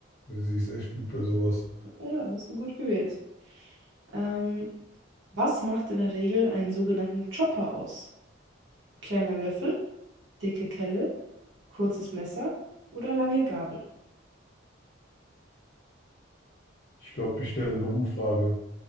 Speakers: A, on the left (about 45°); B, on the right (about 70°).
A: ja, sie ist echt gut bei sowas.
B: Ja, hast du gut gewählt. Ähm, was macht in der Regel einen sogenannten Chopper aus? Kleiner Löffel, dicke Kelle, kurzes Messer oder lange Gabel?
A: Ich glaube, ich stelle eine Umfrage.